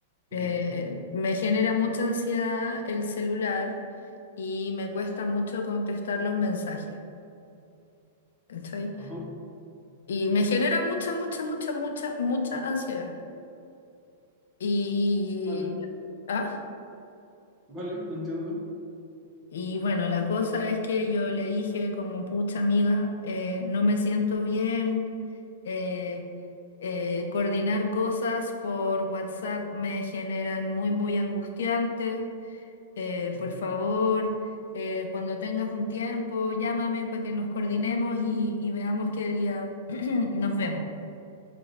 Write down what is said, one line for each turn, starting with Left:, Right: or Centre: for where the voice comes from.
Left: eh,
Right: Ujú,
Left: me genera mucha ansiedad el celular y me cuesta mucho contestar los mensajes, ¿cachai?
Right: Ajá,
Left: Y me genera mucha, mucha, mucha, mucha, mucha ansiedad. Y,
Right: vale,
Left: ah,
Right: vale, no entiendo.
Left: y bueno, la cosa es que yo le dije como, pucha amiga, eh, no me siento bien, eh, eh, coordinar cosas por WhatsApp me generan muy, muy angustiante Eh,
Right: Ujú,
Left: por favor, eh, cuando tengas un tiempo, llámame para que nos coordinemos y, y veamos qué día <clears throat> nos vemos.